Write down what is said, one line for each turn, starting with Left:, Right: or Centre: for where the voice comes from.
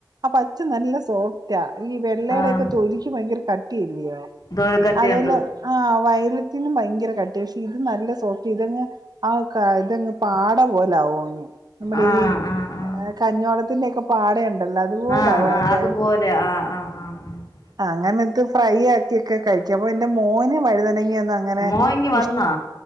Right: അപ്പച്ച നല്ല സോ റ്റ ഈ വെള്ളയുടെ
Left: ആഹ്
Right: ഒക്കെ തൊലിക്ക് ഭയങ്കര കട്ടിയല്ലയോ
Left: ദോൽക്കട്ടിയുണ്ട്
Right: അതെലെ ആഹ് വയലത്തിനും ഭയങ്കര കട്ടി പക്ഷെ ഇത് നല്ല സോഫ്റ്റ് ഇതങ്ങ് ആകാ ഇതങ് പാട പോലെ ആവു അങ്ങ് നമ്മടെ
Left: ആഹ്
Right: ഈ
Left: ആഹ് ആഹ്
Right: എഹ് കഞ്ഞോടത്തിന്റെൊക്കെ പാടയുണ്ടല്ലോ അതുപോലാവോ
Left: ആഹ്
Right: അതിന്റെറെ
Left: ആഹ് അതുപോലെ ആഹ് ആഹ് ആഹ് ആഹ്
Right: അങ്ങനെ ഇത് ഫ്രൈ ആക്ക്യോക്കെ കഴിക്ക അപൊ എന്റെ മോന് വഴുതനങ്ങി ഒന്നും അങ്ങനെ
Left: മോഇങ് വന്നാ
Right: ഇഷ്